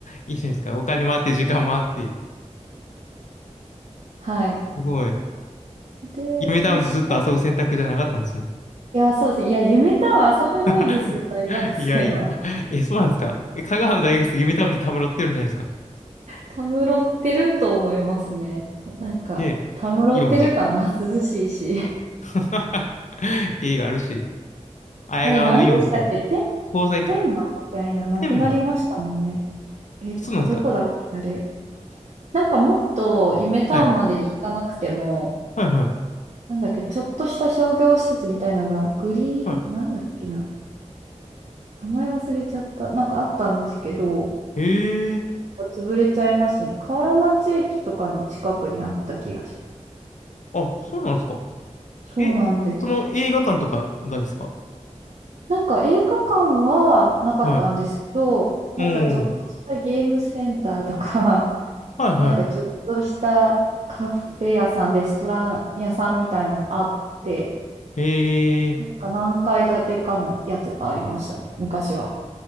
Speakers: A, on the left (about 75°); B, on the right (about 65°).
A: いいじゃないですか。お金もあって、時間もあって。
B: はい。
A: すごい。
B: で、
A: 夢タウンでずっと遊ぶ選択じゃなかったんですね。
B: まあ、仕事、いや、そうです。いや、夢とは遊べないですよ、
A: <laughs>
B: 大学生は。
A: いやいや、え、そうなんですかえ、香川の大学生、夢タウンでたむろってるんじゃないですか
B: たむろってると思いますね。なんか、
A: で、
B: たむろってるかな、
A: イオンで。
B: 涼しいし。
A: <laughs> 映画あるし、綾川のイオンとか、
B: あれ、何でしたっけ天、
A: 鋼材か。
B: 天満みたいな、なくなりましたもんね。
A: 天満
B: えっと、
A: そうなんですか
B: どこだっけ、あれ。なんかもっと、夢タウンまでに行かなくても、
A: はい。はいはい。
B: なんだっけ、ちょっとした商業施設みたいなのが、グリーン、
A: は
B: なんだっけな。名前忘れちゃった。なんかあったんですけど、
A: い。ええー
B: 潰れちゃいましたね。河原町駅とかの近くにあった気がしま
A: あ、そうなんですか。
B: す。そうなんです。
A: え、その映画館とかがですか
B: なんか映画館はなかったんですけど、
A: はい。うん。
B: なんかちょっとしたゲームセンターとか、<laughs>
A: はいは
B: なんかちょっとしたカフェ屋さん、レストラン屋さんみたいなのがあって、
A: い。ええー
B: なんか何階建てかのやつがありましたね、昔は。